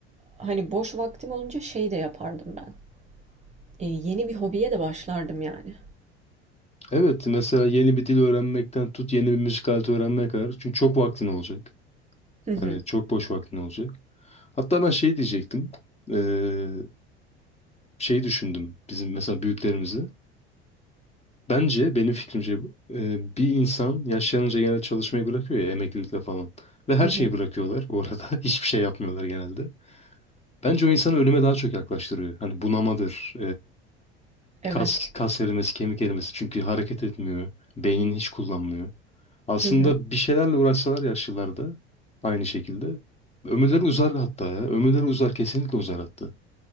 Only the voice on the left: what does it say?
Evet mesela yeni bir dil öğrenmekten tut yeni bir müzik aleti öğrenmeye kadar. Çünkü çok vaktin olacak.
Yani çok boş vaktin olacak. Hatta ben şey diyecektim. Ee, şey düşündüm bizim mesela büyüklerimizi. Bence benim fikrimce bu, e, bir insan yaşlanınca genelde çalışmayı bırakıyor ya emeklilikle falan. Ve her
şeyi
bırakıyorlar bu arada. <laughs> Hiçbir şey yapmıyorlar genelde. Bence o insanı ölüme daha çok yaklaştırıyor. Hani bunamadır,
Kas, kas erimesi, kemik erimesi. Çünkü hareket etmiyor. Beynini hiç kullanmıyor. Aslında
bir şeylerle uğraşsalar yaşlılarda aynı şekilde. Ömürleri uzar hatta ya. Ömürleri uzar kesinlikle uzar hatta.